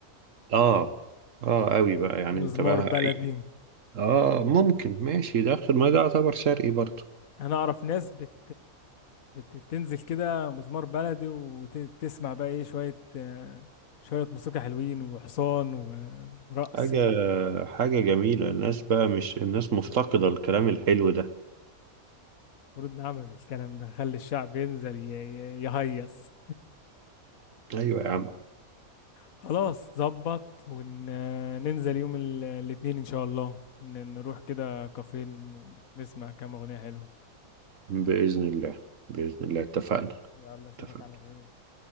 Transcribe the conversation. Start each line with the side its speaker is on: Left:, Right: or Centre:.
Right: اه اه قوي بقى يعني
Left: ومزمار
Right: انت بقى
Left: بلدي
Right: أي اه ممكن ماشي داخل ما ده يعتبر شرقي برضه
Left: انا اعرف ناس بت بتنزل كده مزمار بلدي وتسمع بقى ايه شويه آه، شويه موسيقى حلوين وحصان ورقص
Right: حاجة حاجة جميلة الناس بقى مش الناس مفتقدة الكلام الحلو ده
Left: المفروض نعمل الكلام ده نخلي الشعب ينزل ي- ي- يهيص
Right: أيوة يا عم
Left: خلاص ظبط وننزل يوم ال- الاثنين ان شاء الله ن- نروح كده كافيه ن- نسمع كام اغنية حلوة
Right: بإذن الله بإذن الله اتفقنا
Left: يلا اشوفك
Right: اتفقنا
Left: على خير